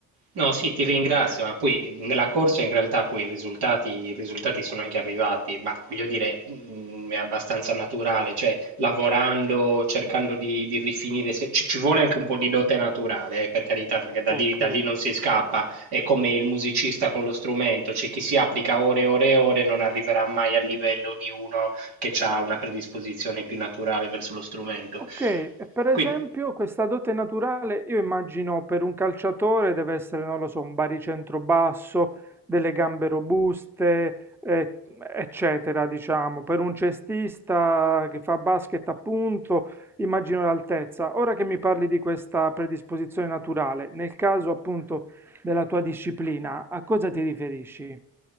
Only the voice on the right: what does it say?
No, sì, ti ringrazio, ma poi nella corsa in realtà poi i risultati, i risultati sono anche arrivati, ma voglio dire, mh, è abbastanza naturale, cioè lavorando, cercando di, di rifinire, se- ci, ci vuole anche un po' di dote naturale, eh, per carità, perché da
lì, da lì non si scappa, è come il musicista con lo strumento, cioè chi si applica ore e ore e ore non arriverà mai al livello di uno che ha una predisposizione più naturale verso lo strumento.
Quindi